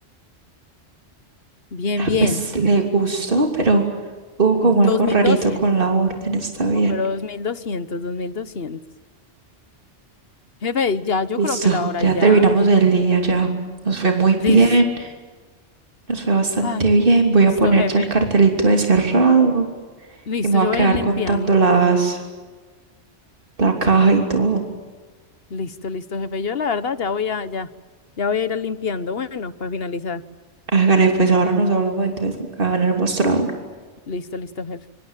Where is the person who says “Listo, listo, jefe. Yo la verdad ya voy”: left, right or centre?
Left